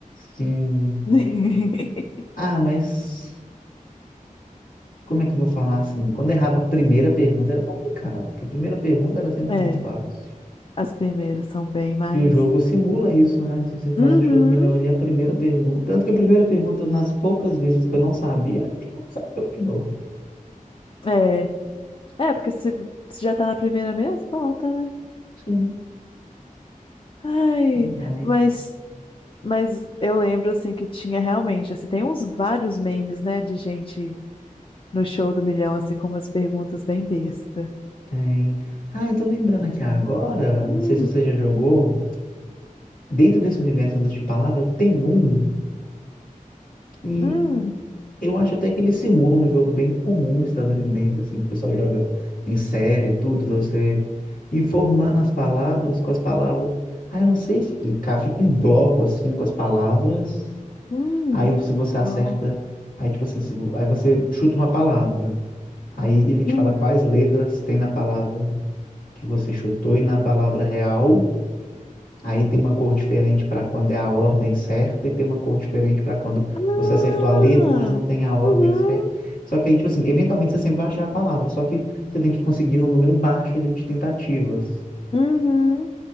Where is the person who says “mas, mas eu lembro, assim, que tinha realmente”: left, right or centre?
Left